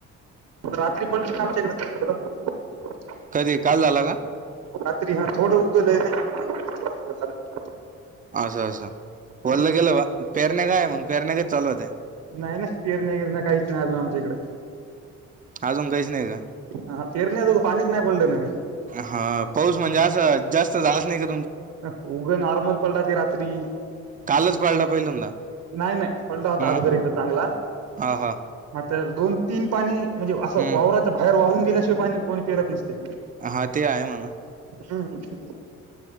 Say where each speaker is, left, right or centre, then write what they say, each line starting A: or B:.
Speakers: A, on the right; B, on the right.
A: रात्री पड आमच्याकडं थोड थोड
B: कधी काल झाला का?
A: रात्री हा थोडं उगं लय नाही थोडं थोडं झालं
B: असं असं वल्ल
A: हम्म
B: केलं बां पेरण्या काय मग पेरण्या कधी चालू होत्या.
A: नाय नाय पेरण्या बिरण्या काहीच नाही अजून आमच्या इकड
B: अजून काहीच नाही का?
A: अहा पेरण्या तो पाणी चं नाही बोलड ना
B: हा पाऊस म्हणजे असं जास्त झालाच नाही क
A: अ उगं नॉर्मल पडला ते रात्री
B: कालच पडला पहिल्यांदा
A: नाय नाय पडला होता
B: मग
A: अगोदर एकदा चांगला
B: हा हा
A: तर दोन तीन पाणी म्हणजे असं
B: हम्म
A: वावराच्या बाहेर वाहून गेल्याशिवाय पाणी कोणी पेरत नसते
B: हा ते आहे म्हणा
A: हम् ह